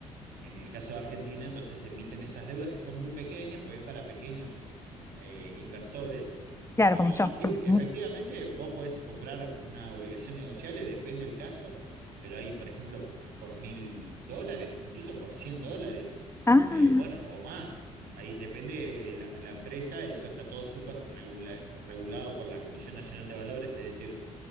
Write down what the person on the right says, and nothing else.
En el caso de Argentina, entonces se emiten esas deudas que son muy pequeñas, pues es para pequeños eh, inversores.
Y,
y sí,
efectivamente, vos podés comprar una obligación negociable, depende del caso, pero hay, por ejemplo, por mil dólares, incluso por 100 dólares,
eh, bueno, o más. Ahí depende de la, la empresa, eso está todo súper regula- regulado por la Comisión Nacional de Valores, es decir,